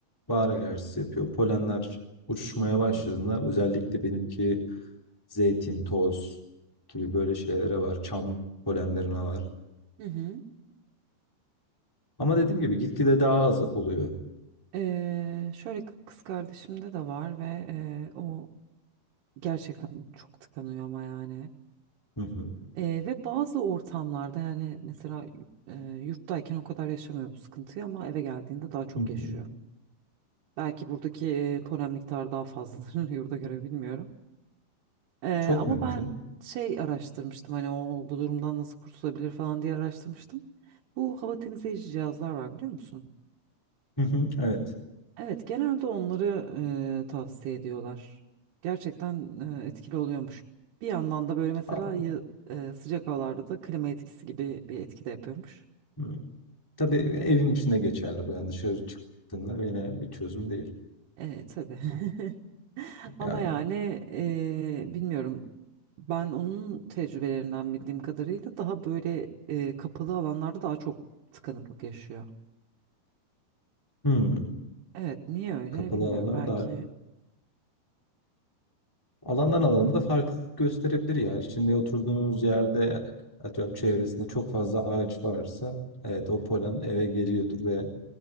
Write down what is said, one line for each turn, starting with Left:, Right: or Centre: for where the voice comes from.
Centre: Bahar alerjisi yapıyor. Polenler uçuşmaya başladığında
Right: hı.
Centre: özellikle benimki zeytin, toz gibi böyle şeylere var. Çam polenlerine var.
Right: Hı hı.
Centre: Ama dediğim gibi gitgide daha az oluyor.
Right: Ee, şöyle kı- kız kardeşimde de var ve e, o gerçekten çok tıkanıyor ama yani.
Centre: Hı hı.
Right: Ee, ve bazı ortamlarda yani mesela e, yurttayken o kadar yaşamıyor bu sıkıntıyı ama eve geldiğinde daha çok
Centre: Hı hı.
Right: yaşıyor. Belki buradaki e, polen miktarı daha fazladır <laughs> yurda göre bilmiyorum. Ee,
Centre: Çok
Right: ama
Centre: mümkün.
Right: ben şey araştırmıştım hani o bu durumdan nasıl kurtulabilir falan diye araştırmıştım. Bu hava temizleyici cihazlar var biliyor musun?
Centre: Hı hı. Evet.
Right: Evet genelde onları e, tavsiye ediyorlar. Gerçekten e, etkili oluyormuş. Bir yandan da böyle mesela
Centre: Ama-
Right: yı- e, sıcak havalarda da klima etkisi gibi bir etki de yapıyormuş.
Centre: Hı. Tabii evin içinde geçerli bu. Yani dışarı çıktığında yine bir çözüm değil.
Right: Evet tabii. <laughs> Ama
Centre: Yani
Right: yani eee, bilmiyorum. Ben onun tecrübelerinden bildiğim kadarıyla daha böyle eee, kapalı alanlarda daha çok tıkanıklık yaşıyor.
Centre: hı.
Right: Evet, niye öyle
Centre: Kapalı
Right: bilmiyorum.
Centre: alanlar
Right: Belki
Centre: daha alandan alana da fark gösterebilir ya. Şimdi oturduğunuz yerde atıyorum çevresinde çok fazla ağaç varsa evet o polen eve geliyordur ve